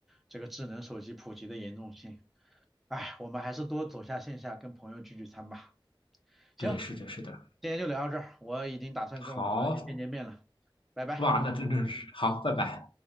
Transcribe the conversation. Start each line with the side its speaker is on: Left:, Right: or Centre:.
Centre: 这个智能手机普及的严重性。哎，我们还是多走下线下，跟朋友聚聚餐吧。行，
Left: 对，是的，是的。
Centre: 今天就聊到这儿，我已经打算跟我朋友去见见面了，
Left: 好，
Centre: 拜拜。
Left: 哇，那真正是好，拜拜。